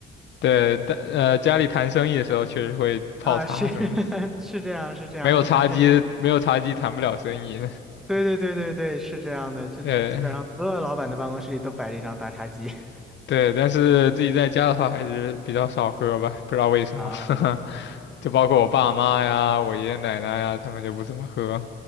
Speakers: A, on the left; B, in the centre.
A: 对，但呃，家里谈生意的时候确实会泡茶什么的，
B: 啊，是 <laughs> 是这样是这样，
A: 没有茶几，
B: 他们谈生意，
A: 没有茶几谈不了生意。
B: 对对对对对，是这样的，就基本上所有老板的办公室里都摆着一张大茶几
A: 对
B: <laughs>
A: 对，但是自己在家的话还是比较少喝吧，不知道为什么。
B: 啊，
A: <laughs> 就包括我爸妈呀、我爷爷奶奶呀，他们就不怎么喝，